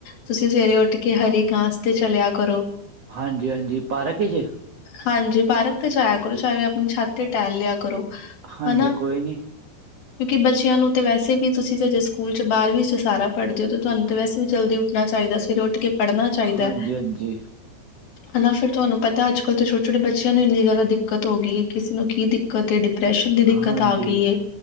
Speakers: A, on the left; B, on the right.
A: ਤੁਸੀ ਸਵੇਰੇ ਉੱਠਕੇ ਹਰੀ ਘਾਂਸ ਤੇ ਚਲਿਆ ਕਰੋ।
B: ਹਾਂਜੀ-ਹਾਂਜੀ, ਪਾਰਕ'ਚ?
A: ਹਾਂਜੀ ਪਾਰਕ ਤੇ ਜਾਇਆ ਕਰੋ, ਚਾਹੇ ਆਪਣੀ ਛੱਤ ਤੇ ਟਹਿਲ ਲਿਆ ਕਰੋ।
B: ਹਾਂਜੀ,
A: ਹਨਾ
B: ਕੋਈ ਨਹੀਂ
A: ਕਿਉਂਕਿ ਬੱਚਿਆਂ ਨੂੰ ਤੇ ਵੈਸੇ ਵੀ, ਤੁਸੀਂ ਤੇ ਹਜੇ ਸਕੂਲ'ਚ ਬਾਰਵੀਂ'ਚ ਸਾਰਾ ਪੜ੍ਹਦੇ ਹੋ, ਤੇ ਤੁਹਾਨੂੰ ਤਾਂ ਵੈਸੇ ਵੀ ਜਲਦੀ ਉੱਠਣਾ ਚਾਹੀਦਾ। ਸਵੇਰੇ ਉੱਠਕੇ ਪੜਨਾ ਚਾਹੀਦਾ।
B: ਹਾਂਜੀ ਹਾਂਜੀ
A: ਹਨਾ, ਫਿਰ ਤੁਹਾਨੂੰ ਪਤਾ ਕਿ ਅੱਜ-ਕੱਲ ਛੋਟੇ-ਛੋਟੇ ਬੱਚਿਆਂ ਨੂੰ ਵੀ ਇੰਨੀ ਜ਼ਿਆਦਾ ਦਿੱ ਦਿੱਕਤ ਹੋ ਗਈ, ਕਿਸੇ ਨੂੰ ਕੀ ਦਿੱਕਤ ਏ, ਡਿਪਰੈਸ਼ਨ ਦੀ ਦਿੱਕਤ
B: ਹਾਂਜੀ,
A: ਆ ਗਈ ਏ।